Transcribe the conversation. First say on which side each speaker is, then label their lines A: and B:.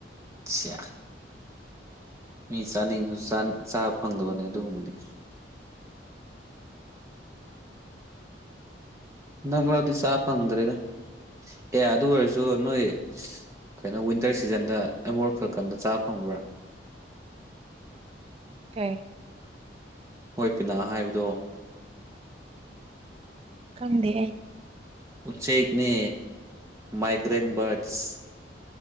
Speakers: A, on the right; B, on the right.
A: ꯁꯤꯌꯥ ꯃꯤ ꯆꯥꯅꯤꯡꯁꯨ ꯆꯥꯕ ꯐꯪꯗꯕꯅꯦ ꯑꯗꯨꯒꯨꯝꯕꯗꯤ ꯅꯪ꯭ꯔꯗꯤ ꯁꯥꯐꯪꯗ꯭ꯔꯦꯗ ꯑꯦ ꯑꯗꯨ ꯑꯣꯏꯔꯁꯨ ꯅꯣꯏ ꯀꯩꯅꯣ ꯋꯤꯟꯇꯔ ꯁꯤꯖꯟꯗ ꯑꯩ ꯃꯣꯔꯠ ꯐ ꯀꯟꯗ ꯆꯥꯕ ꯐꯪꯕ꯭ꯔꯥ
B: ꯀ
A: ꯍꯣꯏ ꯄꯤꯅꯥ ꯍꯥꯏꯕꯗꯣ
B: ꯈꯪꯗꯦ ꯑꯩ
A: ꯎꯆꯦꯛꯅꯦ ꯃꯥꯏꯒ꯭ꯔꯦꯟ ꯕꯥꯔꯠꯁ